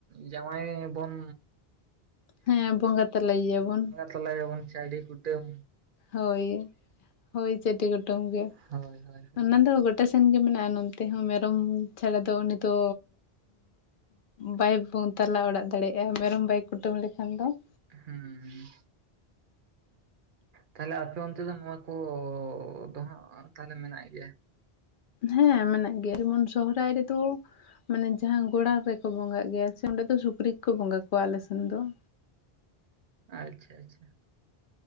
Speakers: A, on the right (about 60°); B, on the left (about 60°).
A: ᱡᱟᱸᱶᱟᱭ ᱵᱚᱱᱼᱼ
B: ᱦᱮᱸ ᱵᱚᱸᱜᱟ ᱛᱮᱟᱞᱟᱹᱭᱮᱭᱟ ᱵᱚᱱ᱾
A: ᱛᱟᱞᱟᱭᱮᱭᱟᱵᱚᱱ ᱪᱟᱰᱤ ᱠᱩᱴᱟᱹᱢᱼᱼ
B: ᱦᱳᱭ ᱦᱳᱭ ᱪᱟᱹᱰᱤ ᱠᱩᱴᱩᱢ ᱜᱮ
A: ᱦᱳᱭ ᱦᱳᱭ ᱦᱳᱭ
B: ᱚᱱᱟ ᱫᱚ ᱜᱚᱴᱼᱼ ᱟᱯᱮ ᱥᱮᱱ ᱜᱮ ᱢᱮᱱᱟᱜᱼᱟ ᱱᱚᱱᱛᱮ ᱦᱚᱸ ᱢᱮᱨᱚᱢ ᱪᱷᱟᱲᱟ ᱫᱚ ᱩᱱᱤ ᱫᱚ ᱵᱟᱭ ᱛᱟᱞᱟ ᱚᱲᱟᱜ ᱫᱟᱲᱮᱭᱟᱜᱼᱟ ᱢᱮᱨᱚᱢ ᱵᱟᱭ ᱠᱩᱴᱟᱹᱢ ᱞᱮᱠᱷᱟᱱ ᱫᱚ ᱾
A: ᱦᱩᱸ ᱦᱩᱸ᱾ ᱛᱟᱦᱞᱮ ᱟᱯᱮ ᱚᱱᱛᱮ ᱫᱚ ᱱᱚᱣᱟ ᱠᱚ ᱫᱚ ᱦᱟᱸᱜ ᱛᱟᱦᱚᱞᱮ ᱢᱮᱱᱟᱜ ᱜᱮᱭᱟ ᱾
B: ᱦᱮᱸ ᱢᱮᱱᱟᱜ ᱜᱮᱭᱟ ᱡᱮᱢᱚᱱ ᱥᱚᱦᱨᱟᱭ ᱨᱮᱫᱚ ᱢᱟᱱᱮ ᱡᱟᱦᱟᱸ ᱜᱚᱲᱟ ᱨᱮᱠᱚ ᱵᱚᱸᱜᱟᱜ ᱜᱮᱭᱟ ᱥᱮ ᱚᱸᱰᱮ ᱫᱚ ᱥᱩᱠᱨᱤ ᱠᱚᱠᱚ ᱵᱚᱸᱜᱟ ᱠᱚᱣᱟ ᱟᱞᱮᱥᱮᱱ ᱫᱚ ᱾
A: ᱟᱪᱷᱟ ᱟᱪᱷᱟ